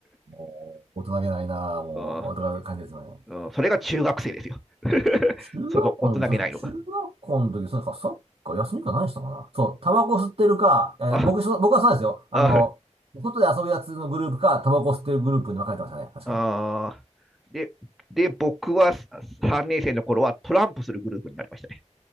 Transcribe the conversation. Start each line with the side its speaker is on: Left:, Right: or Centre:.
Right: もう、大人げないな。
Centre: <laughs>
Right: もう、
Centre: うん
Right: 大人感じですよね。
Centre: うん、それが中学生ですよ <laughs>。
Right: 中学校の時、
Centre: その大人げないのが。
Right: 確か中学校の時、そうか、サッカー休みか何したかな。そう、タバコ吸ってるか、いやいや僕、
Centre: あ
Right: そ僕はそうなんですよ。あの、
Centre: あ
Right: 外で遊ぶやつのグループか、タバコ吸ってるグループに分かれてましたね。確かに。
Centre: あでで、僕は3年生の頃はトランプするグループになりましたね。